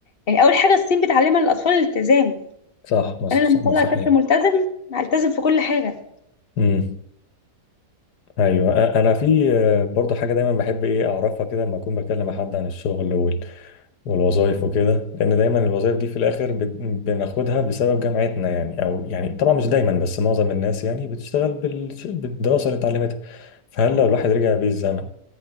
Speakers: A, on the left; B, on the left.
A: يعني اول حاجة الصين بتعلمها للاطفال الالتزام
B: صح مص-
A: انا لما اطلع
B: صح
A: طفل ملتزم هلتزم في كل حاجة
B: صحيح ايوه أ- انا في آه، برضه حاجه دايما بحب ايه اعرفها كده لما اكون بكلم حد عن الشغل وال- والوظائف وكده لان دايما الوظائف دي في الاخر بت- بناخدها بسبب جامعتنا يعني او يعني طبعا مش دايما بس معظم الناس يعني بتشتغل بالش- بالدراسه اللي اتعلمتها فهل لو الواحد رجع بيه الزمن